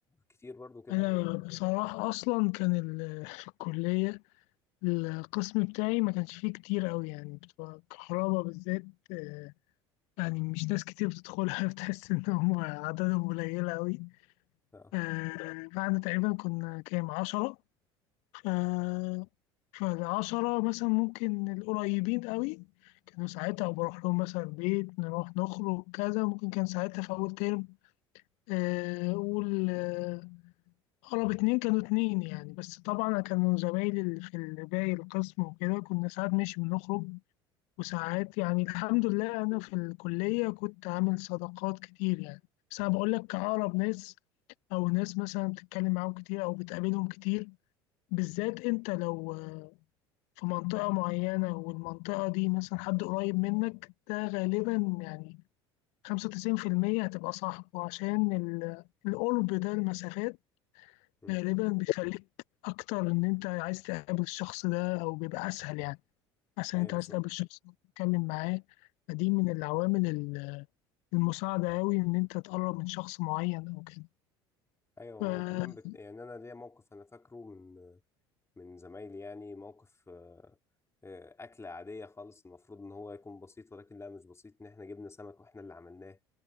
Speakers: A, on the left; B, on the left.
A: كتير برضه كده
B: أنا
A: ولا
B: بصراحة أصلا كان ال- <laughs> في الكلية القسم بتاعي ما كانش فيه كتير أوي يعني بتوع الكهرباء بالذات آه، يعني مش ناس كتير بتدخلها <laughs> بتحس إن هم عددهم قليلة أوي
A: آه.
B: آه، بعد تقريبا كنا كام عشرة آه فالعشرة مثلا ممكن القريبين قوي كانوا ساعتها بروح لهم مثلا بيت نروح نخرج كذا ممكن كان ساعتها في أول ترم آه، أقول آه، أقرب اتنين كانوا اتنين يعني بس طبعا كانوا زمايلي اللي في ال- باقي القسم وكده كنا ساعات ماشي بنخرج وساعات يعني الحمد لله أنا في الكلية كنت عامل صداقات كتير يعني بس أنا بقول لك أقرب ناس أو ناس مثلا بتتكلم معاهم كتير أو بتقابلهم كتير بالذات أنت لو في منطقة معينة والمنطقة دي مثلا حد قريب منك ده غالبا يعني 95% هتبقى صاحبه عشان ال- القرب ده المسافات
A: مم.
B: غالبا بيخليك أكتر إن أنت عايز تقابل الشخص ده أو بيبقى أسهل يعني أسهل
A: ايوه
B: أنت
A: بالظبط
B: عايز تقابل الشخص ده تتكلم معاه فدي من العوامل ال- المساعدة أوي إن أنت تقرب من شخص معين أو كده
A: ايوه
B: ف-
A: وكمان بت... يعني انا ليا موقف انا فاكره من من زمايلي يعني موقف آه، آه، اكله عاديه خالص المفروض ان هو يكون بسيط ولكن لا مش بسيط ان احنا جبنا سمك واحنا اللي عملناه